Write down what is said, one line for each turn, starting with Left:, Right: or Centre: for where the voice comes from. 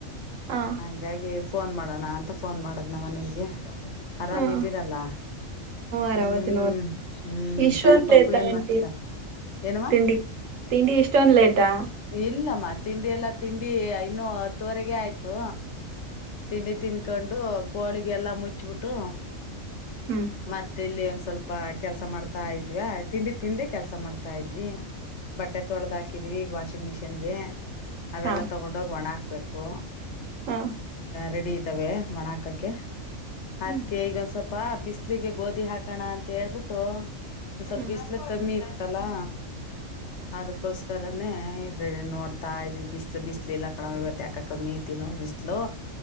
Right: ಹಾ
Left: ಹಾಂಗಾಗಿ ಫೋನ್ ಮಾಡೋಣ ಅಂತ ಫೋನ್ ಮಾಡದ್ ನವ ನಿನ್ಗೆ ಆರಾಮ್ದೀರಲ್ಲ
Right: ಹ್ಮ ಆರಾಮದಿ
Left: ಹ್ಮ್
Right: ನೋಡ್ರಿ
Left: ಹ್ಮ್
Right: ಇಷ್ಟೊಂದ್
Left: ಸಣ್ಣ ಪಾಪು
Right: ಲೇಟ
Left: ಏನ್
Right: ಆಂಟಿ
Left: ಮಾಡ್ತದೆ ಏನ್ವಾ
Right: ತಿಂಡಿ ತಿಂಡಿ ಇಷ್ಟೊಂದ್ ಲೇಟಾ
Left: ಇಲ್ಲ ಮ ಇಲ್ಲ ತಿಂಡಿ ಎಲ್ಲಾ ತಿಂಡಿ ಇನ್ನು ಹತ್ತುವರೆಗೆ ಆಯ್ತು ತಿಂಡಿ ತಿನ್ ಇಕೊಂಡು ಕೋಳಿಗೆಲ್ಲಾ ಮುಚ್ಬಿಟ್ಟು
Right: ಹ್ಮ್
Left: ಮತ್ತೆ ಲ ಸ್ವಲ್ಪ ಕೆಲ್ಸ ಮಾಡ್ತಾ ಇದ್ವಾ ತಿಂಡಿ ತಿಂದಿಕೆಲ್ಸ ಮಾಡ್ತಾ ಇದ್ವಿ ಬಟ್ಟೆ ತೊಳ್ದ ಹಾಕಿದೀವಿ ಈಗ ವಾಷ ವಾಷಿಂಗ್ ಮಿಷಿನ್ಗೆ ಅವೆಲ್ಲಾ
Right: ಹಾ
Left: ತಗೊಂಡೋಗ ಒಣಕ್ತ <unintelligible> ಕ್ಕೋ
Right: ಹಾ
Left: ರೆಡಿ ಇದ್ದಾವೆ ಒಣ ಹಾಕಕ್ಕೆ
Right: ಹ್ಮ್
Left: ಅದಕೆ ಈಗ ಸ್ವಲ್ಪ- <unintelligible> ಪ್ಪಿಸ್ ಬಿಸಲಿಗೆ ಗೋಧಿ ಹಾಕೋಣ ಅಂತ ಹೇಳ್ಬಿಟ್ಟು ಒನ್ ಸ್ವಲ್ಪ್ <unintelligible>
Right: ಹ್ಮ್
Left: ಬಿಸಲು ಕಮ್ಮಿ ಇ ತ್ತಲಾ ಅದಕ್ಕೋಸ್ಕರನೇ ಇದ ನೋಡ್ತಾ ಇದ್ವಿ ಬಿಸ್ಲು ಬಿಸ್ಲು ಇಲ್ಲ ಕಣೋ ಇವತ್ತು ಯಾಕೋ ಕಮ್ಮಿ ಐತೇನೋ <unintelligible> ಬಿಸ್ಲು